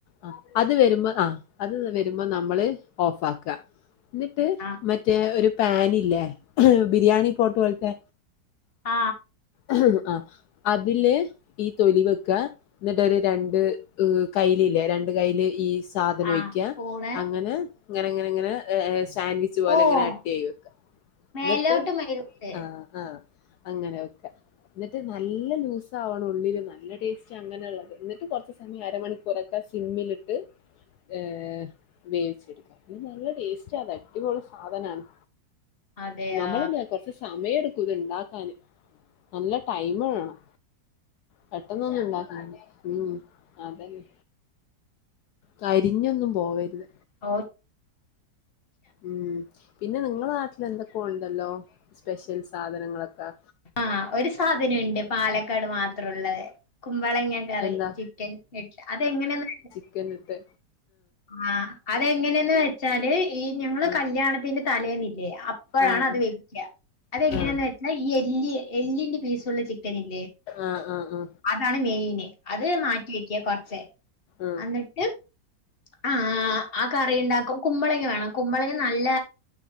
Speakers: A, on the left; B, on the left.
A: അ അത് വരുമ്പോ അ അത് വരുമ്പോ നമ്മള് ഓഫക്ക ന്നിട്ട്
B: ആഹ്
A: മറ്റേ ഒരു പാനില്ലേ എഹ് ബിരിയാണി പോട്ട് പോലത്തെ
B: ആ
A: ആ്ഹ് അ അതില് ഈ തൊലി വെക്ക ന്ന്ട്ടൊരു രണ്ട് എ കൈ ഇല്യ രണ്ട് കൈൽ ഈ സാദനോയിക്യ
B: ആഹ് സ്പൂണ്
A: അങ്ങനെ ങ്ങനങ്ങനങ്ങനെ സാൻവി ച് പോലെ
B: ഓഹ്
A: ങ്ങനെ അട്ടിയായി വെക്ക
B: മേലോട്ട്
A: ന്നിട്ട്
B: മേലോട്ട്
A: ആ ആ അങ്ങനെയൊക്കെ ന്നിട്ട് നല്ല ലൂസ ആവണം ഉള്ളില് നല്ല ടേസ്റ്റ് അങ്ങനെള്ളത് ന്നിട്ട് കൊർച്ച് സമയം അരമണിക്കൂറ ക്കെ സിമ്മിലിട്ട് ഏ വേവിച്ചെടുക്ക ദ് നല്ല ടേസ്റ്റ്ദ് അടിപൊളി സാധനാണ്.
B: അതെയാ
A: നമ്മളില്യേ കൊറച്ച് സമയടുക്കു ഇത് ണ്ടാക്കാന് നല്ല ടൈമ്‌ വേണം പെട്ടെന്നൊന്നും ഇണ്ടാക്ക മ് അതന്നെ കരിഞ്ഞൊന്നും പോവരുത്
B: ഓ
A: ഉം പിന്നെ നിങ്ങള നാട്ടിൽ എന്തൊകോണ്ടല്ലോ സ്പെഷ്യൽ സാധനങ്ങളൊക്കെ.
B: ആ ഒരു സാധനണ്ട് പാലക്കാട് മാത്രംള്ളത് കുമ്പളങ്ങ കറി
A: എന്താ
B: ചിക്കൻ ഇട്ട് അതെങ്ങനെന്ന്
A: ത്തെ
B: ആ അതെങ്ങനെന്ന് വെച്ചാല് ഈ ഞങ്ങള്
A: ആഹ്
B: കല്യാണത്തിന്റെ തലേന്നില്ലേ അ ഇപ്പോഴാണ്
A: ആഹ്
B: അത് വെക്യ അതെങ്ങനാന്ന്
A: ആഹ്
B: വെച്ചാ ഈ എല്ലി എല്ലിന്റെ പീസ്ള്ള ചിക്കനില്ലേ?
A: ആ ആ ആ
B: അതാണ് മെയിന് അത് മാറ്റി വെക്യ കുറച്ച്
A: ആഹ്
B: അന്നട്ട് ആ ആ കറി ഉണ്ടാക്കും കുമ്പളങ്ങ വേണം കുമ്പളങ്ങ നല്ല